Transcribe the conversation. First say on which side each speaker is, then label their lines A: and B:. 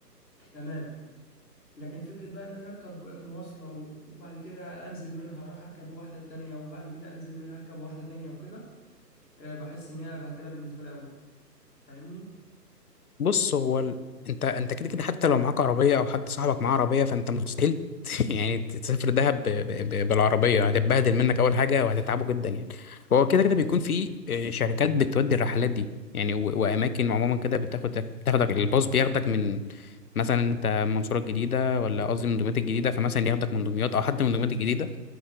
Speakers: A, on the left; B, on the left.
A: تمام لكن فكرة بقى ان انا اركب مواصلة و- وبعد كده انزل منها اروح اركب واحدة تانية وبعد كده انزل منها اركب واحدة تانية وكده آه بحس ان هي بهدلة بالنسبة لي قوي فاهمني
B: بص هو ال... انت انت كده كده حتى لو معاك عربيه او حد صاحبك معاه عربيه فانت مستحيل <laughs> يعني تسافر دهب ب... ب... ب... بالعربيه هتتبهدل منك اول حاجه وهتتعبه جدا يعني هو كده كده بيكون في آه، شركات بتودي الرحلات دي يعني و... واماكن عموما كده بتاخدك بتاخدك الباص بياخدك من مثلا انت منصوره الجديده ولا قصدي من دمياط الجديده فمثلا ياخدك من دمياط او حد من دمياط الجديده